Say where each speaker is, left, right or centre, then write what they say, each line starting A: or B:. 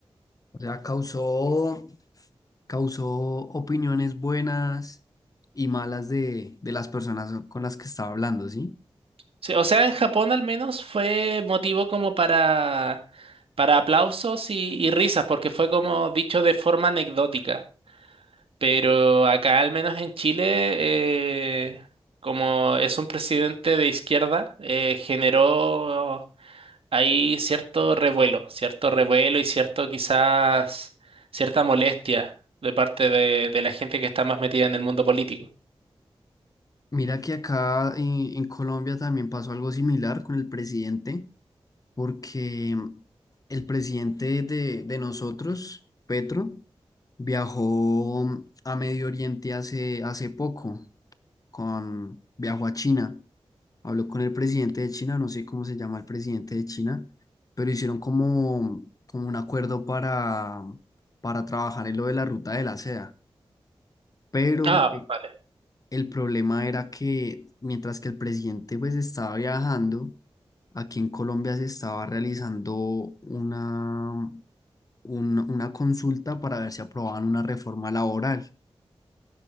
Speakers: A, on the left; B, on the right.
A: O sea, causó, causó opiniones buenas y malas de, de las personas con las que estaba hablando, ¿sí?
B: Sí, o sea, en Japón al menos fue motivo como para, para aplausos y, y risas, porque fue como dicho de forma anecdótica. Pero acá, al menos en Chile, eh, como es un presidente de izquierda, eh, generó ahí cierto revuelo, cierto revuelo y cierto quizás cierta molestia de parte de, de la gente que está más metida en el mundo político.
A: Mira que acá eh, en Colombia también pasó algo similar con el presidente, porque el presidente de, de nosotros, Petro, viajó a Medio Oriente hace, hace poco, con, viajó a China, habló con el presidente de China, no sé cómo se llama el presidente de China, pero hicieron como, como un acuerdo para, para trabajar en lo de la ruta de la seda. Pero
B: Ah, vale.
A: el problema era que mientras que el presidente pues estaba viajando, aquí en Colombia se estaba realizando una, un- una consulta para ver si aprobaban una reforma laboral.